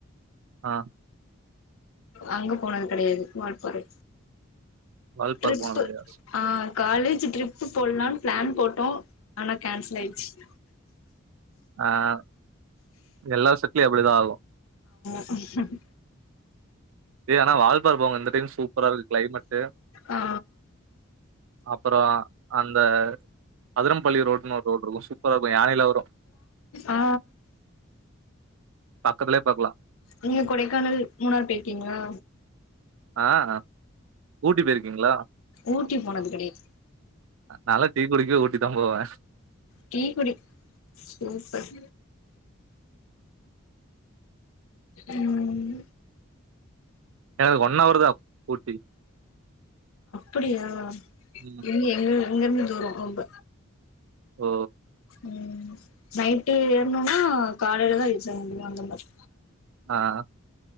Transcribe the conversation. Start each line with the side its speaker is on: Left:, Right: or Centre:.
Right: ஆ
Left: அங்க போனது கெடையாது வால்பாறை
Right: வால்பார்
Left: ட்ரிப்பு
Right: போனது இல்லையா
Left: ஆ காலேஜ் ட்ரிப் போடலாம்னு பிளான் போட்டு போ ஆனா கேன்சல் ஆயிச்சு <inaudible>
Right: ஆஹ் எல்லா செட்லயு அப்படிதா ஆகு
Left: ம்ஹம்ம்
Right: ஏ ஆனா வால்ப் ப்பார போங்க இந்த டைம் சூப்பரா இருக்கு கிளைமேட்
Left: ஆ
Right: அப்புற அந் அந்த அதிரம்பள்ளி ரோடுனு ஒரு ரோடு இருக்கும் சூப்பரா ருக்கு யானையில வரு
Left: ஆ
Right: பக்கத்துலயே பாக்கலா
Left: நீங்க கொடைக்கானல் மூணார் போய்ருக்கீங்களா
Right: ஆஹ் ஊட்டி போயிருக்கீங்களா
Left: ஊட்டி போனது கெடையாது
Right: நல்லா டீ குடிக்க ஊட்டி தா போவே
Left: டீ குடி சூப்பர் உம்
Right: எனக்கு ஒன் ஹவர் தா ஊட்டி
Left: அப்டியா
Right: ம்
Left: இங்க எங்க இங்கருந்து தூரோ ரொம்ப
Right: ஓ
Left: உம் நைட்டு ஏற்ணோனா காலேலதா ரீச் ஆக முடியு அந்த மாரி
Right: ஆஹ்